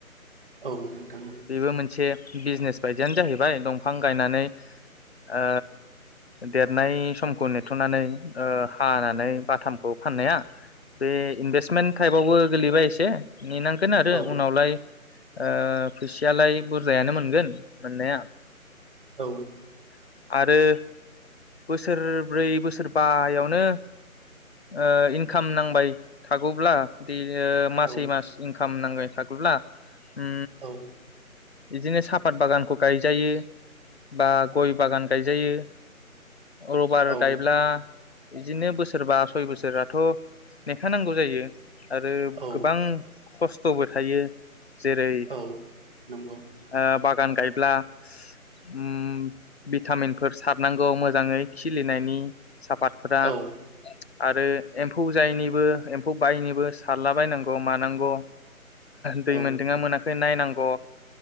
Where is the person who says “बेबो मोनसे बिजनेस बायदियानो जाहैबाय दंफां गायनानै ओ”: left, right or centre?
Left